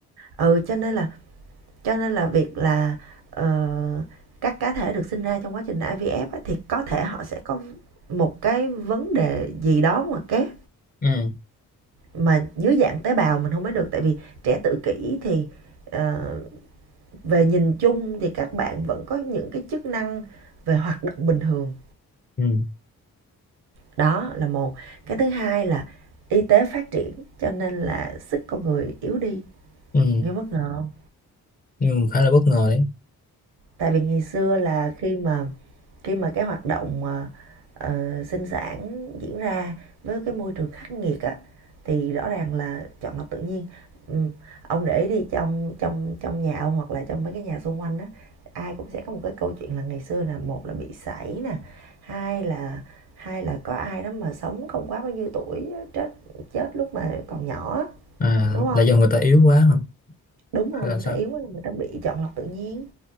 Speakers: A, on the right (about 75°); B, on the left (about 25°).
A: ừ cho nên là cho nên là việc là ờ, các cá thể được sinh ra trong quá trình IVF á, thì có thể họ sẽ có một cái vấn đề gì đó ngoài kép
B: ừ,
A: mà dưới dạng tế bào mình không biết được tại vì trẻ tự kỷ thì ờ, về nhìn chung thì các bạn vẫn có những cái chức năng về hoạt động bình thường
B: ừ,
A: đó là một cái thứ hai là y tế phát triển cho nên là sức con người yếu đi
B: ừ.
A: nghe bất ngờ không
B: ừ. khá là bất ngờ đấy
A: tại vì ngày xưa là khi mà khi mà cái hoạt động mà ờ, sinh sản diễn ra với cái môi trường khắc nghiệt á thì rõ ràng là chọn lọc tự nhiên ừ. ông để đi trong trong trong nhà ông hoặc là trong mấy cái nhà xung quanh á ai cũng sẽ có một cái câu chuyện là ngày xưa là một là bị sảy nè hai là hai là có ai đó mà sống không quá bao nhiêu tuổi chết chết lúc mà còn nhỏ
B: à
A: đúng không
B: là do người ta yếu quá hả
A: đúng
B: hay
A: rồi
B: là
A: người
B: sao
A: ta yếu quá là người ta bị chọn lọc tự nhiên